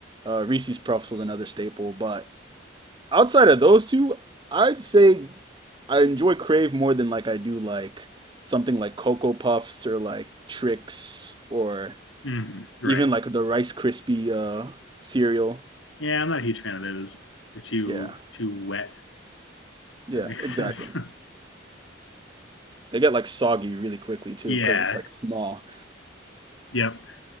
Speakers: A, on the right; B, on the left.
A: Uh, Reese's Puffs was another staple, but outside of those two, I'd say I enjoy Crave more than like I do like something like Cocoa Puffs or like Trix or
B: hmm Right.
A: even like the Rice Krispie uh, cereal.
B: Yeah, I'm not a huge fan of those. They're too
A: Yeah,
B: too wet.
A: yeah,
B: That makes
A: exactly.
B: sense.
A: They get like soggy really quickly too
B: <laughs> yeah.
A: because it's like small.
B: Yep.